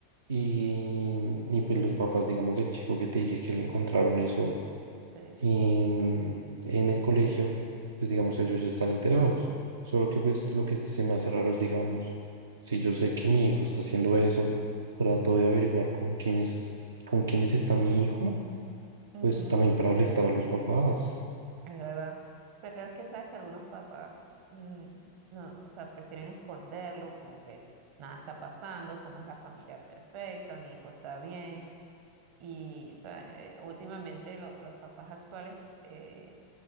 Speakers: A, on the right; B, on the right.
A: Y, y pues los papás, digamos, del chico que te dije que le encontraron eso
B: Sí,
A: Y mm, en el colegio, pues digamos, ellos ya están enterados. Solo que pues lo que se me hace raro es, digamos, si yo sé que mi hijo está haciendo eso, trato de averiguar con quiénes, con quiénes está mi hijo,
B: ujú,
A: pues también para alertar a los papás.
B: es verdad. Pero es que sabes que algunos papás, mm, no, o sea, prefieren esconderlo, como que nada está pasando, somos la familia perfecta, mi hijo está bien. Y, ¿sabes? Eh, Últimamente lo- los papás actuales eh,